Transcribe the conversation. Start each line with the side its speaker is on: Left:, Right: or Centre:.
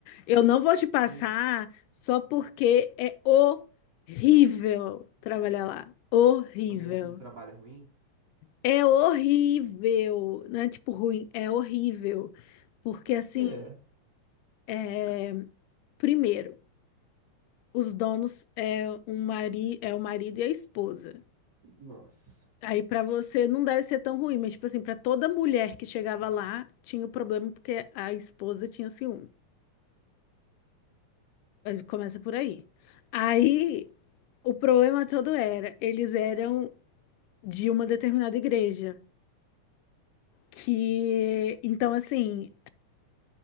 Left: Eu não vou te passar
Right: Por
Left: só porque é horrível trabalhar lá. Horrível.
Right: o ambiente de trabalho é ruim?
Left: É horrível, não é tipo ruim, é horrível. Porque
Right: Por
Left: assim,
Right: quê?
Left: é, primeiro, os donos é um mari... é o marido e a esposa.
Right: Nossa.
Left: Aí pra você não deve ser tão ruim, mas tipo assim, pra toda mulher que chegava lá, tinha o problema porque a esposa tinha ciúme. Começa por aí. Aí o problema todo era, eles eram de uma determinada igreja, que então assim,